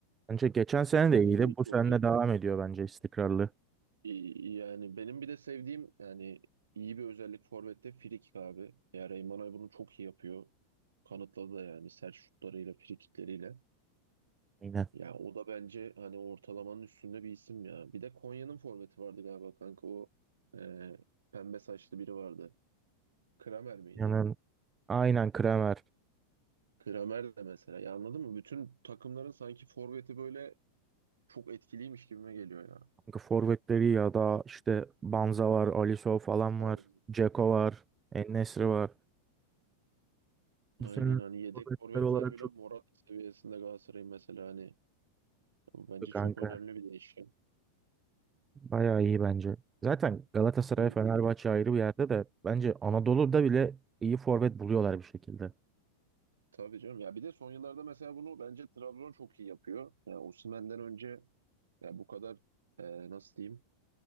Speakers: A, on the right; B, on the right.
A: Bence geçen sene
B: Bitiriciliği
A: de iyiydi. Bu
B: çok
A: sene
B: iyi.
A: de devam ediyor bence istikrarlı.
B: İyi- Yani benim bir de sevdiğim yani iyi bir özellik forvette frikik abi. Ya Reymana bunu çok iyi yapıyor. Kanıtladı da yani sert şutlarıyla, frikikleriyle.
A: Yine.
B: Ya o da bence hani ortalamanın üstünde bir isim ya. Bir de Konya'nın forveti vardı galiba kanka o e, pembe saçlı biri vardı. Kramer miydi?
A: Yani aynen Kramer.
B: Kramer de mesela. Ya anladın mı? Bütün takımların sanki forveti böyle çok etkiliymiş gibime geliyor ya.
A: Kanka Forvetleri ya da işte Banza var, Alisson falan
B: Anladım.
A: var. Dzeko var. en var.
B: Aynen
A: Bu sene
B: hani yedek
A: forvetler
B: forvetler
A: olarak
B: bile
A: çok
B: Morata seviyesinde Galatasaray'ın mesela hani Bu bence
A: iyi
B: çok
A: kanka.
B: önemli bir değişken.
A: Bayağı iyi bence. Zaten Galatasaray,
B: Bizim-
A: Fenerbahçe ayrı bir yerde de bence Anadolu'da bile iyi forvet buluyorlar bir şekilde.
B: Tabii canım. Ya bir de son yıllarda mesela bunu bence Trabzon çok iyi yapıyor. Yani Osimhen'den önce ya bu kadar e, nasıl diyeyim